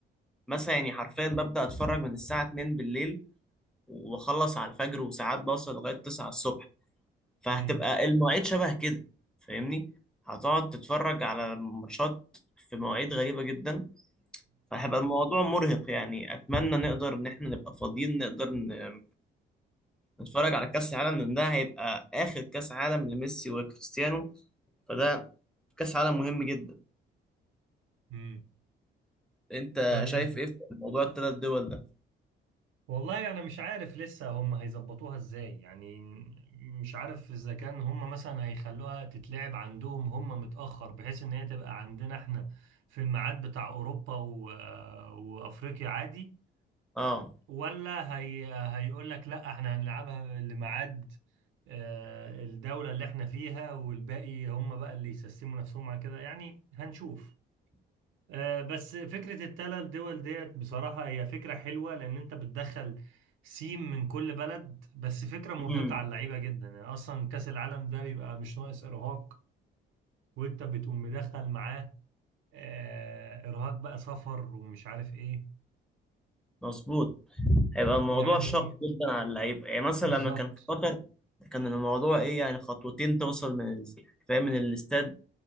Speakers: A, in the centre; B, on the right (about 80°).
A: مثلا يعني حرفيا ببدأ اتفرج من الساعة 2 بالليل وبخلص على الفجر وساعات بوصل لغاية 9 الصبح فهتبقى
B: امم
A: المواعيد شبه كده فاهمني هتقعد تتفرج على ماتشات في مواعيد غريبة جدا فهيبقى الموضوع مرهق يعني اتمنى نقدر ان احنا نبقى فاضيين نقدر ن- نتفرج على كأس العالم لان ده هيبقى اخر كأس عالم لميسي وكريستيانو فده كأس عالم مهم جدا
B: امم
A: انت
B: طيب
A: شايف ايه في موضوع الثلاث دول ده
B: والله انا مش عارف لسه هم هيظبطوها ازاي يعني مش عارف اذا كان هم مثلا هيخلوها تتلعب عندهم هم متأخر بحيث ان هي تبقى عندنا احنا في الميعاد بتاع اوروبا و... وافريقيا عادي
A: اه
B: ولا هي... هيقول لك لا احنا هنلعبها لميعاد آه، الدولة اللي احنا فيها والباقي هم بقى اللي يسسموا نفسهم على كده يعني هنشوف آه، بس فكرة التلات دول ديت بصراحة هي فكرة حلوة لأن أنت بتدخل سيم من كل بلد بس فكرة مرهقة
A: امم
B: على اللعيبة جدا يعني أصلا كأس العالم ده بيبقى مش ناقص إرهاق وأنت بتقوم مدخل معاه آه، إرهاق بقى سفر ومش عارف إيه
A: مظبوط هيبقى الموضوع
B: يعني
A: شاق جدا على اللعيبه يعني مثلا
B: بالظبط
A: لما كان في قطر كان الموضوع ايه يعني خطوتين توصل من ال- فاهم من الاستاد